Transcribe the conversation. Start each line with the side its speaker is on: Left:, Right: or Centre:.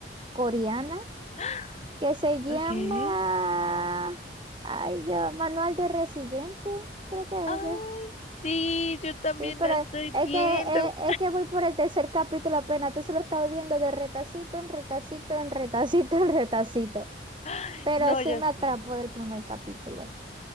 Right: coreana
Left: <gasps>
Right: que se llama,
Left: ok.
Right: ay, yo, Manual de Residente, creo que
Left: Ay,
Right: es, eh.
Left: sí, yo también
Right: sí, pero
Left: la estoy
Right: es
Left: viendo.
Right: que, eh, es, que voy por el tercer capítulo apenas, entonces lo estaba viendo de retacito en retacito en retacito <laughs> en retacito.
Left: <gasps>
Right: Pero
Left: No,
Right: sí
Left: yo
Right: me atrapó
Left: sí.
Right: del primer capítulo.